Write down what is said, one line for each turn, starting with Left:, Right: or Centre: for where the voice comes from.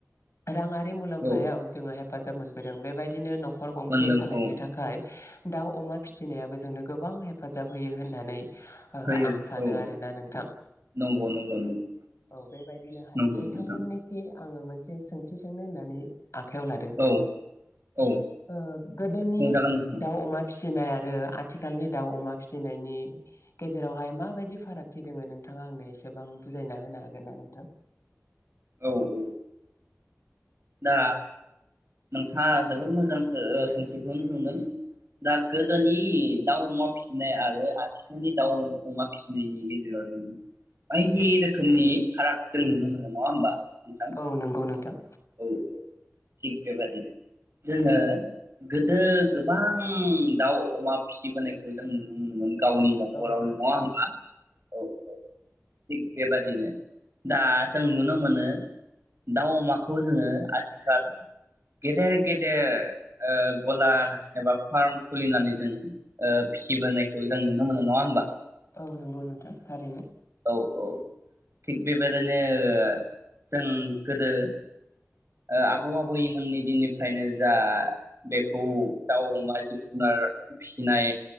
Left: रांङार रि मुलाम्फायाव
Right: औ
Left: जोंहेब हेफाजाब मोनबोदों बेबायदिनो न'ख खर गंसे
Right: मोनदों
Left: सालायनो
Right: औ
Left: थाखाय दाउ अमा फिसिनायाबो जोंनो गोबां हेफाजाब होयो होननानै ओ
Right: होयो
Left: आं सानो
Right: औ
Left: आरोना नोंथां
Right: नंगौ नंगौ नंगौ
Left: औ बेबायदिनोहाय
Right: नंगौ
Left: नोंथांमोननिखि
Right: नोंथां
Left: आङो मोनसे सों सो सोंनो होननानै आखाइयाव लादों
Right: औ औ
Left: ओ गोदोनि
Right: बुंजागोन नोंथां
Left: दाउ अमा फिस फिसिनाय आरो आथिखालनि दाउ अमा फिसिनायनि गेजेरावहाय माबायदि फारागथि दोङो नोंथाङा आंनो एसेबां बुजायना होनो हागोन ना नोंथां?
Right: औ उ दा नोंथाङा जोबोर मोजांखो ओ सोंथिखौनो सोंदों दा गोदोनि दाउ अमा फिसिनाय आरो आथिखालनि दाउ अमा फिसिनायनि गेजेराव जों बायदि रोखोमनि फाराग जों नुनो मोनो नङा होमबा? नोंथां
Left: औ नोंगौ नोंथां।
Right: औ औ थिग बेबादिनो जोङो गोदो गोबां दाउ अमा फिसिबोनायखौ जों नुनो मोनोमोन। गावनि नख'रावनो
Left: औ नंगौ
Right: नङा होमबा?
Left: नोंथां
Right: औ औ थिग बेबादिनो दा जों नुनो मोनो दाउ अमाख खौ जोङो आथिखाल गेदेर गेदेर ओ गलार एबा फार्म खुलिनानै जों ओ फिसिबोनायखौ जों नुनो मोनो नङा होमबा?
Left: औ नंगौ नोंथां थारैनो।
Right: औ औ थिग बेबायदिनो ओ जों गोदो ओ आबौ आबैमोननि दिननिफ्रायनो जा बेखौ दाउ अमा जिब जुनार फिसिनाय